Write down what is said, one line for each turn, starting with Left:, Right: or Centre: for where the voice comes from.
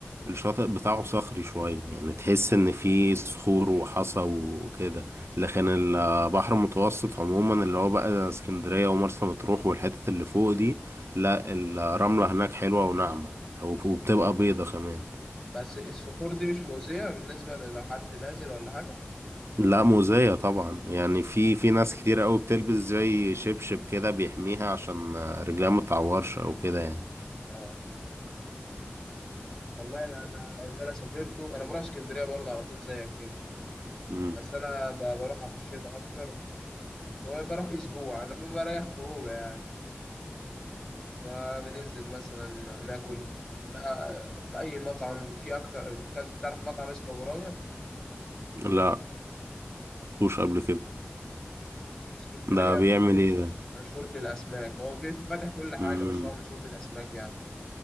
Right: الشاطئ بتاعه صخري شوية يعني تحس ان فيه صخور وحصى وكده لكن البحر المتوسط عموما اللي هو بقى اسكندرية ومرسى مطروح والحتت اللي فوق دي لا الرملة هناك حلوة وناعمة وبتبقى بيضة كمان
Left: بس الصخور دي مش مؤذية بالنسبة لو حد نازل ولا حاجة
Right: لا مؤذية طبعا يعني في في ناس كتير قوي بتلبس زي شبشب كده بيحميها عشان رجلها متعورش او كده يعني
Left: اه والله أنا اللي أنا سافرته أنا بروح اسكندرية برضه على طول زيك كده
Right: مم.
Left: بس أنا ب- بروحها في الشتاء أكتر وبروح أسبوع أنا ب- بريح خروجة يعني فبننزل مثلا ناكل نا- في أي مطعم في أكتر كلت تعرف مطعم اسمه أبو راوية
Right: لا مش قبل كده
Left: في اسكندرية
Right: ده بيعمل
Left: مشهور
Right: ايه
Left: بال-
Right: ده
Left: مشهور بالأسماك هو بيف- فاتح كل حاجة
Right: امم
Left: بس هو مشهور بالأسماك يعني